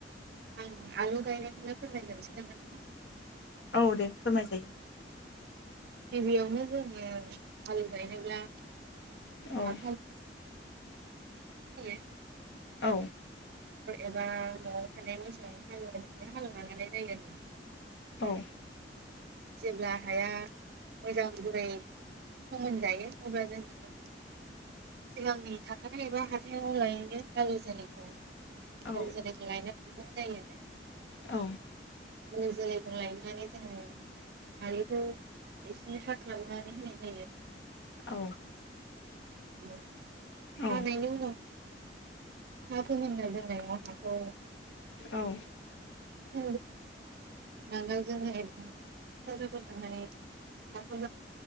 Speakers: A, on the right; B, on the left.
A: आं आलु गायनायखौनो फोरमाय जानोसै नामा
B: औ दे फोरमाय जायो
A: गिबियावनो जोङो आालु गायनोब्ला
B: औ
A: आ <unintelligible> <unintelligible>
B: औ
A: एबा नवाव थानायान मोसौ हालेव हालेवना लानाय जायो आरो
B: औ
A: जेब्ला हाया मोजां गुरै फोमोनजायो अब्ला जोङो सिगांनि थाखानाय एबा हाथायाव लायैनो गारि जालिखौ <unintelligible>
B: औ
A: जो जोलैखौ लायनानै
B: औ
A: जोङो आलुखौ एसे हाख्लाबनानै होनाय जायो
B: औ
A: <unintelligible> <inaudible>
B: औ
A: हानायनि उनाव <unintelligible>
B: औ
A: <unintelligible> नांगोलजों <unintelligible>